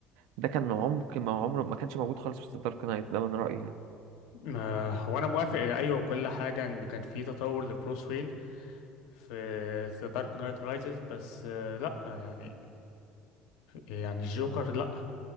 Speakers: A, on the right (about 75°); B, on the left (about 80°).
A: ده كان عمق ما عمره ما كانش موجود خالص في دارك نايت ده من رأيي يعني
B: آه، هو انا موافق ايوه وكل حاجة ان كان في تطور لبروس وين في ذا دارك نايت رايزز بس آه، لا يعني يعني الجوكر لا